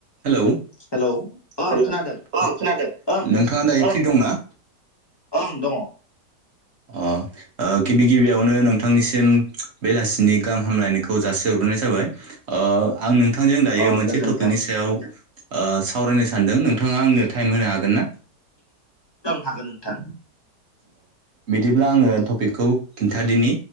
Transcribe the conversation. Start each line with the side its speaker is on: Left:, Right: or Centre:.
Right: हेलौ
Left: हेलौ ओं
Right: हेल'
Left: खोनादों
Right: औ खोनादों
Left: ओं खोन
Right: नोंथाङा दायो फ्रि दंना?
Left: ओं दङ।
Right: अ ओ गिबि गिबियावनो नोंथांनिसिम बेलासिनि गाहाम हामलायनायखौ जासि हरग्रोनाय जाबाय। ओ आं नोंथांजों दायो
Left: अ
Right: मोनसे
Left: गोजोन्थों
Right: टपिकनि सायाव सावरायनो सानदों नोंथाङा आंनो टाइम होनो हागोन ना?
Left: हागोन नोंथां।
Right: बिदिब्ला आङो टपिकखौ खिन्थादनि